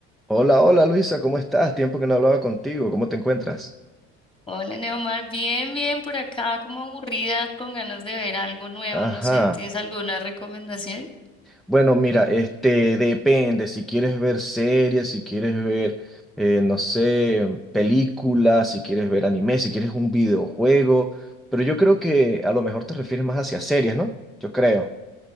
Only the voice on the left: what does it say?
Hola Neomar, bien, bien por acá, como aburrida, con ganas de ver algo nuevo,
no sé, ¿tienes alguna recomendación?